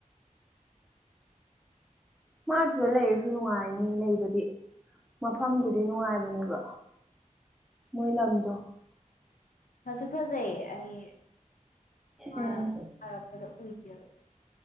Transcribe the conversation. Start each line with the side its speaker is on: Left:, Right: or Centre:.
Centre: ꯃꯥꯗꯨꯗ ꯂꯩꯔꯁꯨ ꯅꯨꯡꯉꯥꯏꯅꯤ ꯂꯩꯕꯗꯤ ꯃꯐꯝꯗꯨꯗꯤ ꯅꯨꯡꯉꯥꯏꯕꯅꯦꯕ ꯃꯣꯏꯂꯝꯝꯗ
Left: ꯐꯁꯨ ꯐꯖꯩ ꯑꯩ ꯍꯥꯏꯔꯛꯄꯗ
Centre: ꯎꯝ
Left: ꯎꯏꯗꯦꯕ